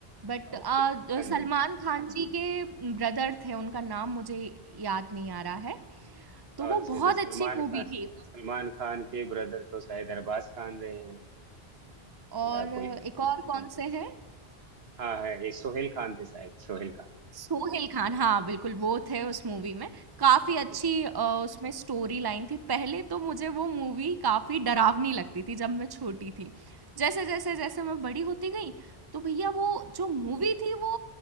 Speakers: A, on the right; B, on the right.
A: बट
B: ओके हाँ
A: सलमान
B: जी
A: खान जी के ब्रदर थे उनका नाम मुझे याद नहीं आ रहा है तो
B: अच्छा
A: वो बहुत
B: अच्छा सलमान
A: अच्छी मूवी
B: खान
A: थी
B: सलमान खान के ब्रदर तो शायद अरबाज खान रहे हैं
A: और
B: या कोई
A: अ, एक और
B: हम्म,
A: कौन
B: हम्म।
A: से हैं
B: हाँ है ये सोहेल खान थे शायद सोहेल खान
A: सोहेल खान हाँ, बिल्कुल वो
B: हाँ।
A: थे उस मूवी में। काफ़ी अच्छी
B: हम्म। हम्म।
A: अ, उसमें स्टोरी लाइन थी। पहले तो मुझे वो मूवी काफ़ी डरावनी लगती थी जब मैं छोटी थी। जैसे-जैसे जैसे जैसे मैं बड़ी होती गई तो भैया वो जो मूवी थी वो